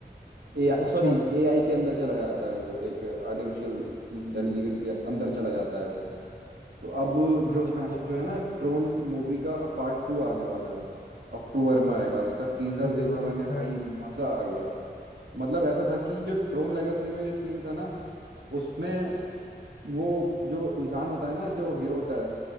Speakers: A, on the right (about 80°); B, on the left (about 60°).
A: ए
B: अच्छा
A: सॉरी एआई के अंदर चला जाता है वो एक आर्टिफिशियल इंटेलिजेंस के अंदर चला जाता है वो तो अब
B: अच्छा
A: जो है ना
B: अच्छा
A: जो है ना ट्रोन मूवी का पार्ट टू आने वाला है अक्टूबर
B: अच्छा
A: में आएगा उसका टीजर
B: मैं जरूर
A: देखा
B: देखूंगा
A: मैंने भाई
B: यार
A: मजा आ गया मतलब ऐसा था कि जो ट्रोन लेगेसी में जो सीन था ना उसमें वो जो इंसान होता है ना जो हीरो होता है